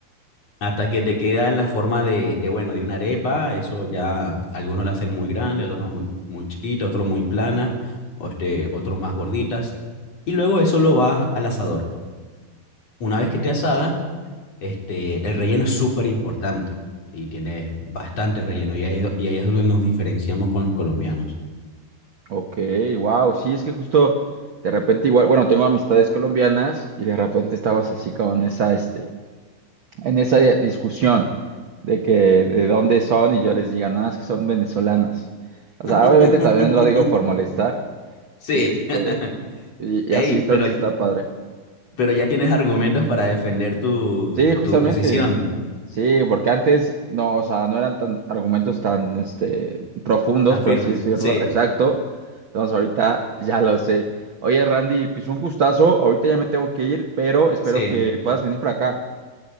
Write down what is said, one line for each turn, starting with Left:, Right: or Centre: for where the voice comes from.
Left: hasta que te queda en la forma de, de, bueno, de una arepa. Eso ya algunos la hacen muy grande, otros muy, muy chiquita, otros muy planas, o este, otros más gorditas. Y luego eso lo vas al asador. Una vez que esté asada, este, el relleno es súper importante y tiene bastante relleno. Y ahí, es do- y ahí es donde nos diferenciamos con los colombianos.
Right: ok, wow, sí, es que justo de repente igual, bueno, tengo amistades colombianas y de repente estabas así como en esa, este, en esa di- discusión de que de dónde son y yo les diga, no, es que son venezolanas. O sea,
Left: <laughs>
Right: obviamente también lo digo por molestar
Left: Sí.
Right: y este
Left: <laughs>
Right: y,
Left: Ey,
Right: y así entonces
Left: pero
Right: está padre.
Left: pero ya tienes argumentos para defender tu,
Right: Sí, justamente.
Left: tu posición
Right: Sí, porque antes no, o sea, no eran tan argumentos tan este profundos,
Left: tan
Right: por
Left: firmes.
Right: así decirlo.
Left: Sí,
Right: Exacto. Entonces ahorita ya lo sé. Oye, Randy, pues un gustazo. Ahorita ya me tengo que ir, pero espero
Left: sí.
Right: que puedas venir para acá.